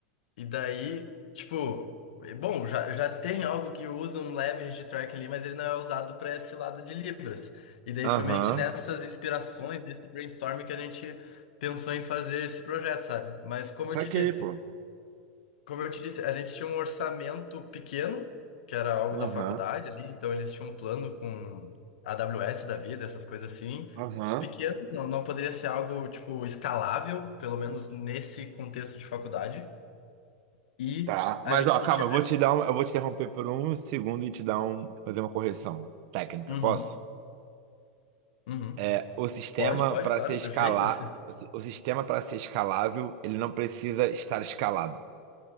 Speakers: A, on the left; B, on the right.
A: E daí, tipo, bom, já, já tem algo que usa um leve hittrack ali, mas ele não é usado para esse lado de Libras. E daí
B: Aham.
A: foi meio que nessas inspirações, nesse brainstorm que a gente pensou em fazer esse projeto, sabe? Mas como
B: Saquei,
A: eu te disse,
B: pô.
A: como eu te disse, a gente tinha um orçamento pequeno, que era algo
B: Aham.
A: da faculdade ali, então eles tinham um plano com a AWS da vida, essas coisas assim.
B: Aham.
A: Pequeno, não, não poderia ser algo, tipo, escalável, pelo menos nesse contexto de faculdade. E
B: Tá.
A: a
B: Mas,
A: gente
B: ó, calma,
A: não tinha.
B: eu
A: né?
B: vou te dar um, eu vou te interromper por um segundo e te dar um, fazer uma correção técnica,
A: Uhum,
B: posso?
A: uhum.
B: É, o sistema
A: Pode, pode,
B: para
A: claro,
B: ser escalar,
A: perfeito. <laughs>
B: o si- o sistema para ser escalável, ele não precisa estar escalado.